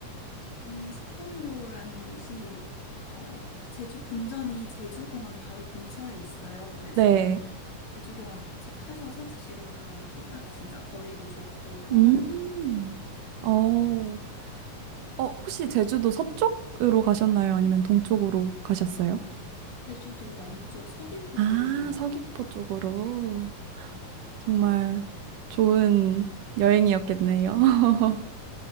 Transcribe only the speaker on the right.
네.
음.
어, 어, 혹시 제주도 서쪽으로 가셨나요? 아니면 동쪽으로 가셨어요?
아,
서귀포 쪽으로.
정말 좋은 여행이었겠네요. <laughs>